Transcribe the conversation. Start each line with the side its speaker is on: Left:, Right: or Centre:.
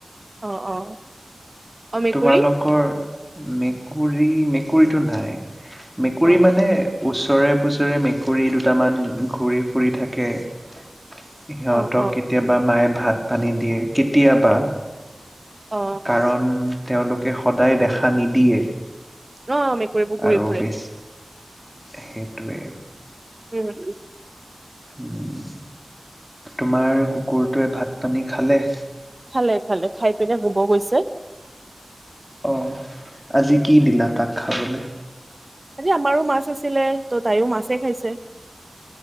Right: অ অ অ মেকুৰী
Centre: তোমালোকৰ মেকুৰী মেকুৰীটো নাই মেকুৰী
Right: অ
Centre: মানে ওচৰে পুছৰে মেকুৰী দুটামান ঘূৰি ফুৰি থাকে সিহঁতক
Right: অ অ অ
Centre: কেতিয়াবা মায়ে ভাত ভাত পানী দিয়ে কেতিয়াবা
Right: অ
Centre: কাৰণ তেওঁলোকে স সদায় দেখা নিদিয়ে
Right: অ মেকুৰী বোৰ পোহি
Centre: আৰু
Right: ফুৰে
Centre: বেছ সেইটোৱে
Right: উম উ
Centre: উম তোমাৰ কুকুৰটোৱে ভাত পানী খালে
Right: খালে খালে খাই পিনে শুব গৈছে
Centre: অঁ আজি কি দিলা তাক খাবলৈ
Right: আজি আমাৰো মাছ আছিলে ত' তাইও মাছে খাইছে